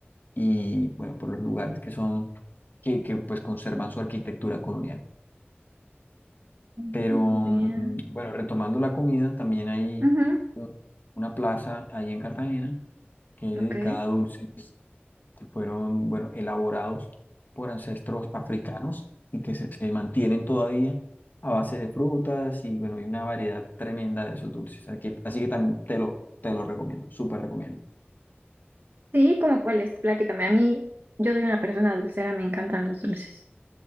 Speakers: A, on the left; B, on the right.
A: y bueno, por los lugares que son, que, que pues conservan su arquitectura colonial.
B: Muy
A: Pero
B: bien.
A: mm, bueno, retomando la comida, también hay
B: Ujú,
A: u- una plaza ahí en Cartagena que es
B: Ok.
A: dedicada a dulces que fueron, bueno, elaborados por ancestros africanos y que se, se mantienen todavía a base de frutas y bueno, hay una variedad tremenda de esos dulces. Así que, así que también te lo, te lo recomiendo, súper recomiendo.
B: Sí, ¿cómo cuál es? Platícame. A mí, yo soy una persona dulcera, me encantan los dulces.